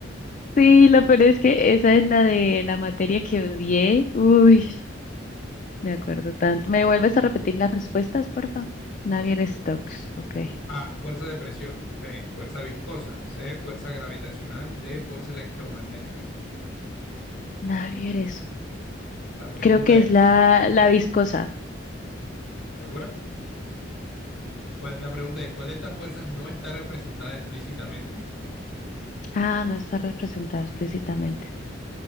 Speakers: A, on the left (about 40°); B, on the left (about 85°).
A: Sí, lo peor es que esa es la de la materia que odié. Uy, me acuerdo tanto. ¿Me vuelves a repetir las respuestas, por favor? Navier Stokes, ok.
B: A, fuerza de presión, B, fuerza viscosa, C, fuerza gravitacional, D, fuerza electromagnética.
A: Navier es,
B: La pregunta
A: creo que es
B: es,
A: la, la viscosa.
B: ¿segura? ¿Cuál- La pregunta es, ¿cuál de estas fuerzas no está representada explícitamente?
A: Ah, no está representada explícitamente.